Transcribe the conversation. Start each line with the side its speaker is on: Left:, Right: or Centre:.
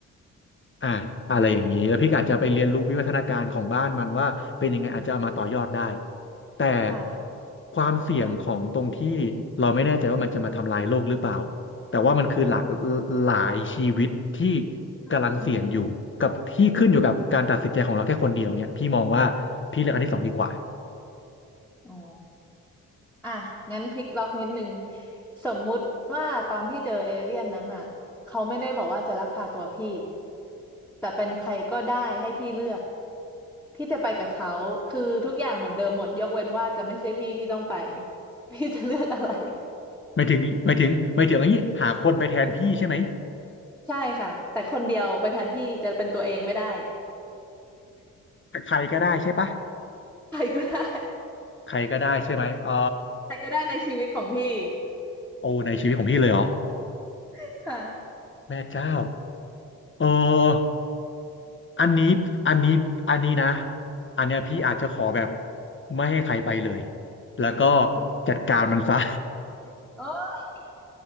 Left: อ่าอะไรอย่างนี้แล้วพี่ก็อาจจะไปเรียนรู้วิวัฒนาการของบ้านมันว่าเป็นยังไงอาจจะเอามาต่อยอดได้
Centre: อืม
Left: แต่
Centre: ค่ะ
Left: ความเสี่ยงของตรงที่เราไม่แน่ใจว่ามันจะมาทำลายโลกหรือเปล่าแต่ว่ามันคือหลากหลายชีวิตที่
Centre: อืม
Left: กำลังเสี่ยงอยู่กับที่ขึ้นอยู่กับการตัดสินใจของเราแค่คนเดียวเนี่ยพี่มองว่าพี่เลือกอันที่สองดีกว่า
Centre: อ๋ออ่ะงั้นพลิกล็อกนิดนึงสมมุติว่าตอนที่เจอเอเลี่ยนนั้นอ่ะเขาไม่ได้บอกว่าจะลักพาตัวพี่ แต่เป็นใครก็ได้ให้พี่เลือกพี่จะไปกับเขา คือทุกอย่างเหมือนเดิมหมดยกเว้นว่าจะไม่ใช่พี่ที่ต้องไป พี่จะเลือกอะไร
Left: ไม่ถึงไม่ถึงไม่ถึงอันนี้หาคนไปแทนพี่ใช่ไหม
Centre: ใช่ค่ะ แต่คนเดียวไปแทนพี่จะเป็นตัวเองไม่ได้
Left: ใครก็ได้ใช่ปะ
Centre: ใครก็ได้
Left: ใครก็ได้ใช่ไหมเออ
Centre: ใครก็ได้ในชีวิตของพี่
Left: โอ้ในชีวิตของพี่เลยเหรอ
Centre: <laughs> ค่ะ
Left: แม่เจ้า เอออันนี้อันนี้อันนี้นะ อันเนี้ยพี่อาจจะขอแบบไม่ให้ใครไปเลย แล้วก็
Centre: อืม
Left: จัดการมันซะ
Centre: โอ้ย